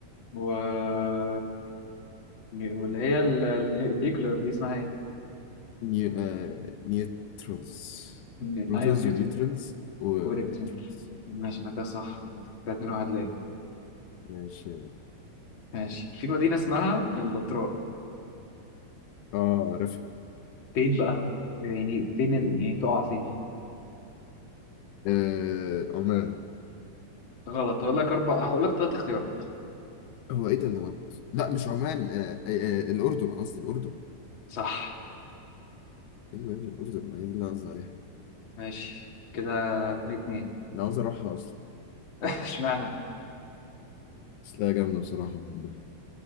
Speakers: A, on the left; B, on the left.
A: و واللي هي ال- ال- النيوكلير دي اسمها ايه؟
B: نيو... آه... نيوترونز
A: ن-
B: بروتونز
A: ايون نيوتن
B: ونيوترونز والكترونز
A: والكترون ماشي انا كده صح كده اتنين واحد ليا
B: ماشي
A: ماشي في مدينة اسمها البتراء
B: اه عارفها
A: فين بقى؟ يعني فين ال- يعني تقع فين؟
B: آه... عمان
A: غلط هقول لك أربع هقول لك ثلاث اختيارات
B: هو ايه ده اللي غلط لا مش عمان آه... آه... آه... الاردن قصدي الاردن
A: صح
B: ايوه يا ابني الاردن ما هي دي اللي أنا قصدي عليها
A: ماشي كده اتنين اتنين
B: انا عاوز اروحها اصلا
A: <laughs> اشمعنى
B: بس لا جامده بصراحه بحبها